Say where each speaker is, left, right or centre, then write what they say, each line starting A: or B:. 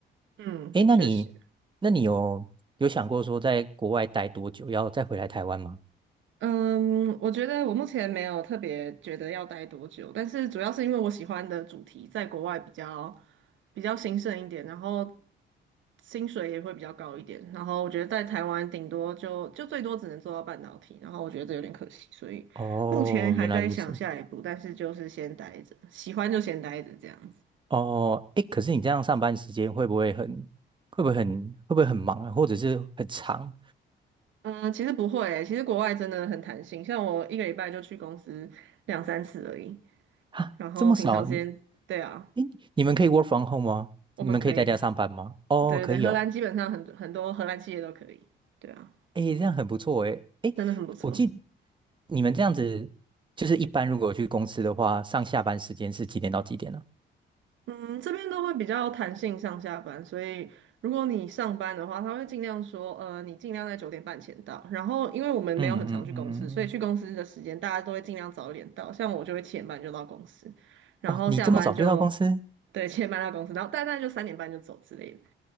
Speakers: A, on the right; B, on the right.
A: 嗯，
B: 诶，那你那你有有想过说在国外待多久，
A: 确实。
B: 要再回来台湾吗？
A: 嗯，我觉得我目前没有特别觉得要待多久，但是主要是因为我喜欢的主题在国外比较比较兴盛一点，然后薪水也会比较高一点，然后我觉得在台湾顶多就就最多只能做到半导体，然后我觉得这有点可惜，所以目前还在想下一步，
B: 哦，原来如此。
A: 但是就是先待着，喜欢就先待着这样子。
B: 哦，诶，可是你这样上班时间会不会很会不会很会不会很忙啊，或者是很长
A: 嗯，其实不会欸其实国外真的很弹性，像我一个礼拜就去公司两三次而已，
B: 啊？
A: 然后平常时间，
B: 这么少，你
A: 对啊，
B: 诶，你们可以 work from home 吗？
A: 我们可以。
B: 你们可以在家上班吗？哦，
A: 对对对，
B: 可以哦。
A: 荷兰基本上很多很多荷兰企业都可以，对啊，
B: 诶，这样很不错诶。诶，
A: 真的很不错。
B: 我记你们这样子，就是一般如果去公司的话，上下班时间是几点到几点呢？
A: 嗯，这边都会比较弹性上下班，所以如果你上班的话，他会尽量说，呃，你尽量在九点半前到。然后，因为我们没有很常去公司，
B: 嗯嗯嗯嗯，
A: 所以去公司的时间大家都会尽量早一点到。
B: 嗯
A: 像我就会七点半就到公司，然后下班就
B: 哦，你这么早就到公司？
A: 对七点半到公司，然后大概就三点半就走之类的。